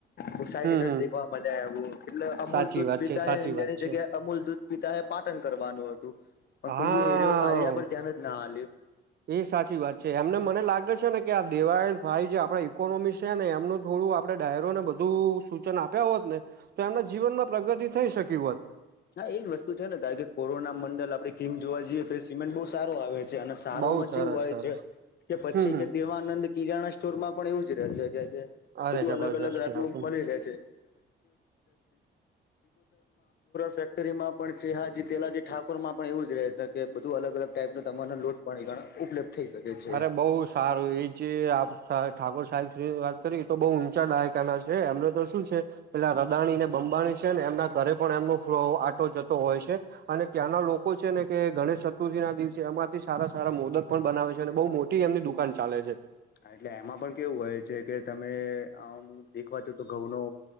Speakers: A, on the left (about 55°); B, on the right (about 55°).
A: બો સાઈડ
B: હમ
A: ઇફેક્ટ
B: હમ
A: દેખવા મલ્યા એવું, એટલે અમૂલ
B: સાચી
A: દૂધ
B: વાત
A: પીતા
B: છે સાચી
A: હે ઇન્ડિયાની
B: વાત છે
A: જગ્યા એ અમૂલ દૂધ પિતા હે પાટન કરવાનું હતું, પણ
B: હા
A: કોઈએ એયરો આઈડિયા પર ધ્યાન જ ના હાલ્યું.
B: એ સાચી વાત છે, એમને મને લાગે છે ને કે આ દેવાય ભાઈ જે આપડા ઈકોનોમી છે ને એમનું થોડું આપણે ડાયરોને બધું સૂચન આપ્યા હોતને, તો એમના જીવનમાં પ્રગતિ થઈ શકી હોત.
A: હા એજ વસ્તુ છેને, ડાયરેક કોરોના મંડલ આપડે કિંગ જોવા જઈએ, તો એ સિમેન્ટ બહુ સારો આવે છે. છે, અને સારો
B: બઉુ
A: મચ
B: સરસ
A: એવું હોય
B: સરસ
A: છે, કે પછી
B: હમ હમ
A: કે દેવાનંદ કિરાણા સ્ટોરમાં પણ એવું જ રહે છે, કે જે
B: અરે
A: બધું
B: જબરજસ્ત
A: અલગ અલગ
B: છે.
A: <unintelligible> મળી રહે છે. <inaudible> ફેક્ટરીમાં પણ ચેહાજી તેલાજી ઠાકોરમાં પણ એવું જ રહે છે, કે બધું અલગ અલગ ટાઈપનો તમને લોટ પણ ઈ ઘણા ઉપલબ્ધ થઈ શકે. છે
B: અરે
A: એમ
B: બઉુ સારું એ જે આપકા ઠાકોર સાહેબ શ્રીની વાત કરી, તો બહુ ઊંચા દાયકાના છે, એમને તો શું છે પેલા રદાણી ને બંબાણી છે, ને એમના ઘરે પણ એમનો ફલો આટો જતો હોય છે. અને ત્યાંના લોકો છે ને, કે ગણેશ ચતુર્થી ના દિવસે એમાંથી સારા સારા મોદક પણ બનાવે છે. અત્યારે બહુ મોટી એમની દુકાન ચાલે છે.
A: એટલે એમાં પણ કેવું હોય છે કે તમે આમ દેખવા છો તો ઘઉંનો